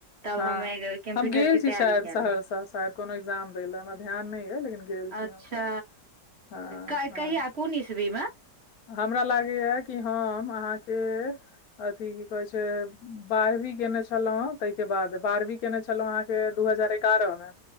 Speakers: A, on the right; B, on the left.
A: तब
B: हँ
A: हम कम्प्यूटर
B: हम गेल
A: के
B: छी
A: तैयारी
B: शायद
A: कए
B: सहरसा
A: लेब
B: शायद कोनो एग्जाम दै लऽ हमरा ध्यान नैह यै लेकिन गेल छी
A: अच्छा
B: हम शायद हँ
A: कै
B: हँ
A: -कैहिया कोन ईसवी मे
B: हमरा लागैया कि हम आहाँ के अथी की कहेै छै बारहवीं केने छलौ हं तैह के बाद बारहवीं केने छलौं हं फेर दू हजार एग्यारह मे